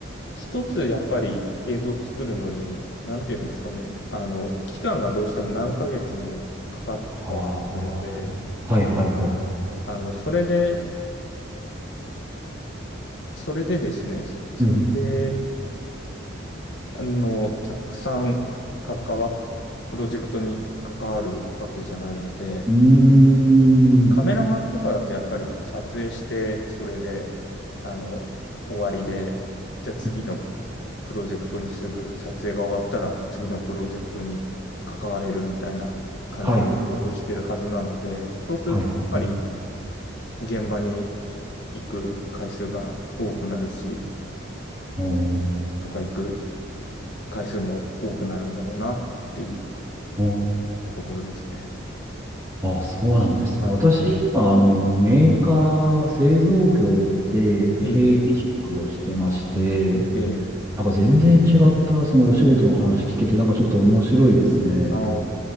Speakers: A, on the left; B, on the right.
A: 一つやっぱり映像を作るのに、なんていうんですかね、あの、期間がどうしても何ヶ月もかかってるので、
B: はあ。はいはいはい。
A: あの、それで、それでですね、それで、
B: うん。
A: あの、たくさん関わ、プロジェクトに関わるわけじゃないので、
B: うん
A: カメラマンとかだとやっぱり撮影して、それで、あの、終わりで、じゃあ次の
B: うーん。
A: プロジェクトにすぐ、撮影が終わったら次のプロジェクトに関われるみたいな感じのことをしてるはずなので、
B: はい。
A: そうするとやっぱり
B: はいはいはい。
A: 現場に行く回数が多くなるし、
B: おー
A: とか行く回数も多くなるんだろうなっていう
B: おー
A: ところですね。
B: あ、そうなんですね。
A: はい。
B: 私、今、あの、メーカー、製造業で経理職をしてまして、
A: ええ、ええ、ええ。
B: なんか全然違った、そのお仕事の話聞けて、なんかちょっと面白いですね。
A: ああ、